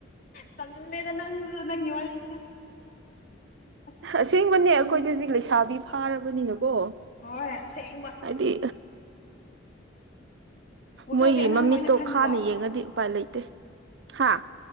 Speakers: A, on the left; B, on the right.
A: ꯇꯂꯦꯅ ꯅꯪꯁꯨ ꯅꯪꯤ ꯋꯥꯔꯤꯁꯨ ꯑꯁ
B: ꯑꯁꯦꯡꯕꯅꯦ ꯑꯩꯈꯣꯏꯗ
A: ꯅꯣꯏ
B: ꯍꯧꯖꯤꯛ ꯂꯩꯁꯥꯕꯤ ꯐꯥꯔꯕꯅꯤꯅ ꯣ
A: ꯍꯣꯏ ꯑꯁꯦꯡꯕ
B: ꯍꯥꯏꯗꯤ
A: ꯋꯥꯈꯜꯗꯤ
B: ꯃꯣꯏꯒꯤ
A: ꯑꯉꯥꯡ
B: ꯃꯃꯤꯠꯇꯣ
A: ꯑꯣꯏꯅ ꯈꯟꯗ꯭ꯔꯣ
B: ꯈꯥꯅ ꯌꯦꯡꯉꯗꯤ ꯎꯄꯥꯏ ꯂꯩꯇꯦ ꯍꯥ